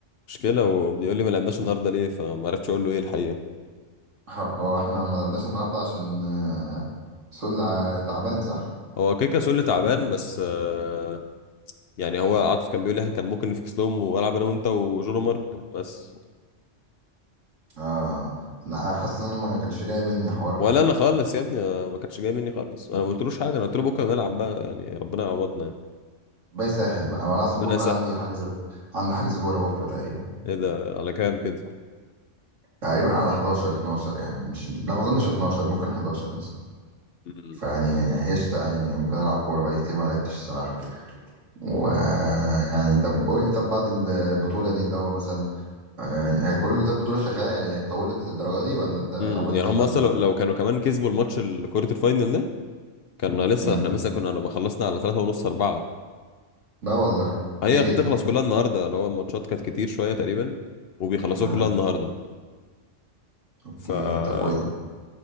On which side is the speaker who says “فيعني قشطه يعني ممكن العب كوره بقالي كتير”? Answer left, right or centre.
Right